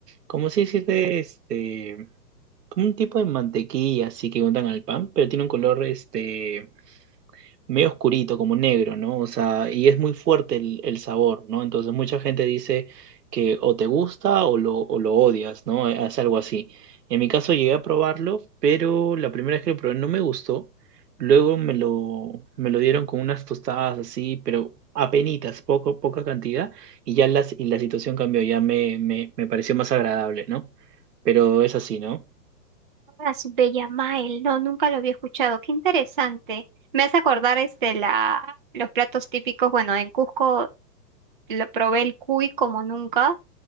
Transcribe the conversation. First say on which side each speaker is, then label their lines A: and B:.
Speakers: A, on the right; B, on the right.
A: ¿cómo se dice? Este como un tipo de mantequilla así que untan al pan, pero tiene un color este medio oscurito, como negro, ¿no? O sea, y es muy fuerte el, el sabor, ¿no? Entonces mucha gente dice que o te gusta o lo, o lo odias, ¿no? Eh, Es algo así. En mi caso llegué a probarlo, pero la primera vez que lo probé no me gustó. Luego me lo, me lo dieron con unas tostadas así, pero apenitas, poco, poca cantidad, y ya las, y la situación cambió, ya me, me, me pareció más agradable, ¿no? Pero es así, ¿no?
B: Ah, su Bella Mael, no, nunca lo había escuchado. Qué interesante. Me hace acordar este la los platos típicos, bueno, en Cusco lo probé el cuy como nunca.